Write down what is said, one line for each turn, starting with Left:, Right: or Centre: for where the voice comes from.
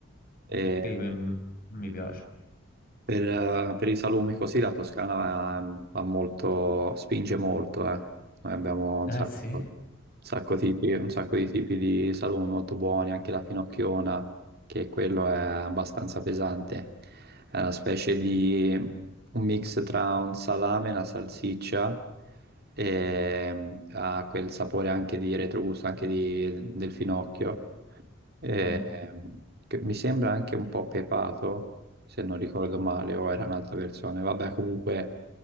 Right: E
Left: il pepe mm, mi piace.
Right: Per, eh, per i salumi così la Toscana va, va molto, spinge molto, eh. Noi abbiamo un
Left: Eh
Right: sacco,
Left: sì?
Right: un sacco tipi- un sacco di tipi di salumi molto buoni, anche la finocchiona, che quello è abbastanza pesante. È una specie di un mix tra un salame e una salsiccia e mm, ha quel sapore anche di retrogusto, anche di- del finocchio eh,
Left: Mm.
Right: che mi sembra anche un po' pepato, se non ricordo male, o era un'altra versione. Vabbè, comunque